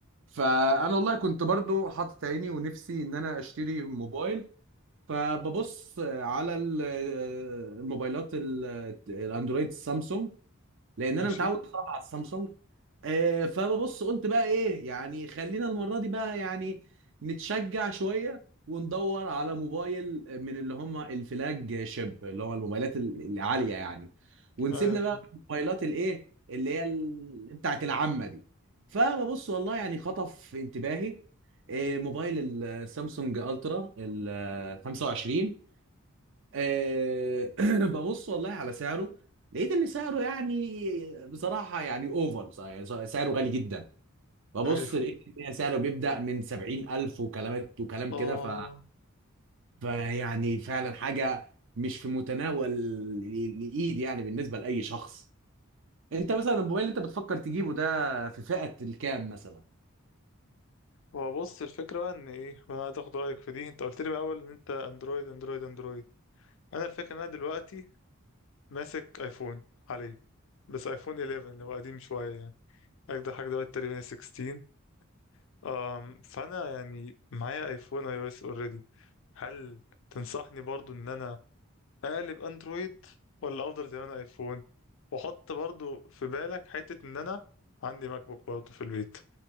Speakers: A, on the right; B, on the left.
A: فانا والله كنت برضه حاطط عيني ونفسي ان انا اشتري موبايل فببص على ال- الموبايلات ال- الاندرويد سامسونج لان
B: ماشي
A: انا متعود صراحه على السامسونج آه، فببص قلت بقى ايه يعني خلينا المره دي بقى يعني نتشجع شويه وندور على موبايل من اللي هم الفلاج شيب اللي هو الموبايلات ال- العاليه يعني ونسيبنا
B: ايوه فاهم.
A: بقى من الموبايلات الايه اللي هي ال- بتاعت العامه دي فببص والله يعني خطف انتباهي آه، موبايل السامسونج الترا ال 25 آه، <clears throat> ببص والله على سعره لقيت ان سعره يعني بصراحه يعني اوفر بصراحه يعني سعره غالي جدا ببص
B: ايوه
A: لقيت ان سعره بيبدا من 70000 وكلامات وكلام وكلام
B: اه
A: كده ف فيعني فعلا حاجه مش في متناول ال- الايد يعني بالنسبه لاي شخص انت مثلا الموبايل اللي انت بتفكر تجيبه ده في فئه الكام مثلا
B: هو بص الفكره بقى ان ايه وانا عايز اخد رايك في دي انت قلت لي من الاول ان انت اندرويد اندرويد اندرويد انا الفكره ان انا دلوقتي ماسك ايفون عليه بس ايفون 11 اللي هو قديم شويه يعني اجدع حاجه دلوقتي تقريبا 16 أم، فانا يعني معايا ايفون اي او اس اوريدي هل تنصحني برضو ان انا اقلب اندرويد ولا افضل زي ما انا ايفون واحط برضو في بالك حتة ان انا عندي ماك بوك برضو في البيت